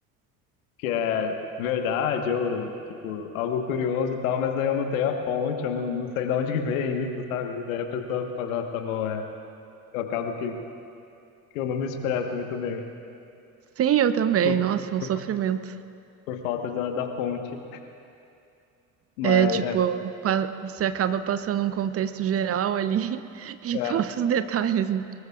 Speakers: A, on the left; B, on the right.
A: que é verdade ou, tipo, algo curioso e tal, mas daí eu não tenho a fonte, eu não, não sei de onde que vem isso, sabe? E daí a pessoa fala, nossa, tá bom, é. Eu acabo que, que eu não me expresso muito bem
B: <laughs> Sim, eu também.
A: por,
B: Nossa,
A: por,
B: é um sofrimento.
A: fa- por falta da, da fonte, mas,
B: É, tipo,
A: é,
B: pa- você acaba passando um contexto geral ali <laughs> e
A: é.
B: falta os detalhes. né?